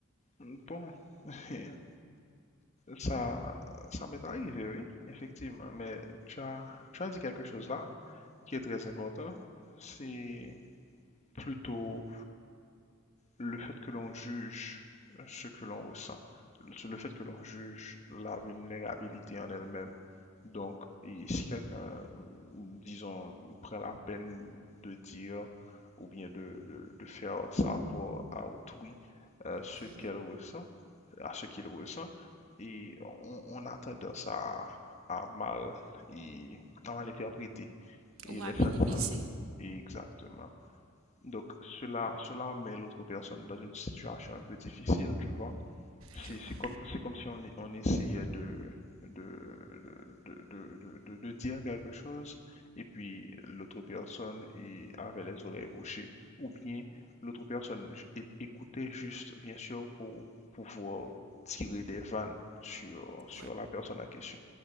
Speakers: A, on the left; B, on the right.
A: bon, <laughs> Ça, ça m'est arrivé, oui, effectivement. Mais tu as, tu as dit quelque chose là qui est très important. C'est plutôt le fait que l'on juge ce que l'on ressent, le fait que l'on juge la vulnérabilité en elle-même. Donc, et si quelqu'un, disons, prend la peine de dire ou bien de, de- de faire savoir à autrui euh, ce
B: Mhm.
A: qu'elle ressent, à ce qu'il ressent et on, on a tendance à, à mal et à mal interpréter et
B: Ou
A: les
B: à minimiser.
A: sentiments exactement. Donc cela cela met l'autre personne dans une situation un peu difficile, tu vois.
B: Je
A: C'est
B: vois,
A: c'est comme, c'est comme si on, e- on essayait de, de, de, de, de- de- de dire quelque chose et puis l'autre personne y- avait les oreilles bouchées ou bien l'autre personne j- é- écoutait juste, bien sûr, pour pouvoir tirer des vannes sur, sur
B: ouais,
A: la personne en question.